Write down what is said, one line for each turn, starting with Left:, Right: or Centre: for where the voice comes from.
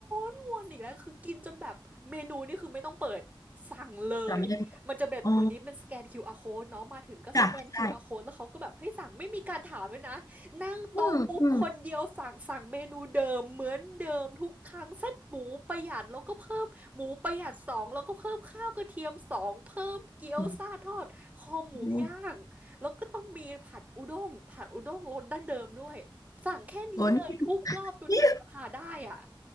Right: นวนอีกแล้วคือกินจนแบบเมนูนี่คือไม่ต้องเปิดสั่งเลยมันจะแบบเดี๋ยวนี้เป็นสแกนคิวอาร์
Left: จำได้หมดอ๋อ
Right: code เนาะมาถึงก็สแกนคิวอาร์
Left: จ้ะใช่
Right: code แล้วเขาก็แบบให้สั่งไม่มีการถามเลยนะนั่งโต๊ะปุ๊บคนเดียวสั่งสั่งเมนูเดิมเหมือนเดิมทุกครั้งเส้นหมูประหยัดแล้วก็เพิ่มหมูประหยัดสองแล้วก็เพิ่มข้าวกระเทียมสองเพิ่มเกี๊ยวซ่าทอดคอหมูย่างแล้วก็ต้องมีผัดอุด้งผัดอุด้งรสดั้งเดิมด้วย
Left: อืมอืมอืม
Right: สั่งแค่นี้เลยทุกรอบจนจำราคาได้อะ
Left: โอ้นี่นี่